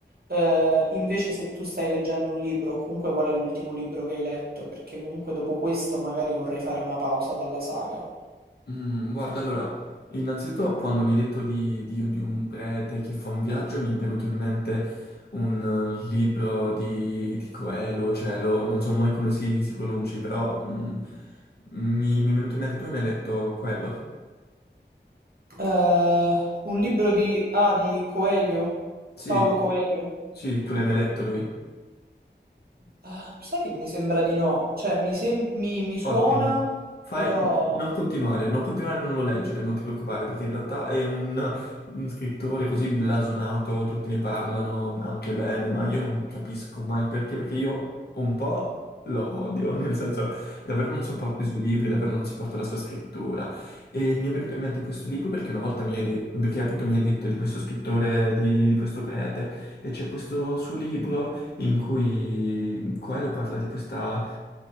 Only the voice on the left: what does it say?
Mm, guarda, allora, innanzitutto quando mi hai detto di, di- di un prete che fa un viaggio, mi è venuto in mente un eh, libro di, di Coelho, Cielo, non so mai come si, si pronunci, però mm, mi, mi è venuto in mente, tu hai mai letto quello?
Sì,
sì, tu l'hai mai letto lui?
Ottimo. Fai...
Non continuare, non continuare a non lo leggere, non ti preoccupare, perché in realtà è un, un scrittore così blasonato, tutti ne parlano anche bene, ma io non capisco mai perché, perché io un po' lo odio, <laughs> nel senso davvero non sopporto i suoi libri, davvero non sopporto la sua scrittura. E mi è venuto in mente questo libro perché una volta mi hai detto, perché appunto mi hai detto di questo scrittore, di, di questo prete, e c'è questo suo libro in cui Coelho parla di questa,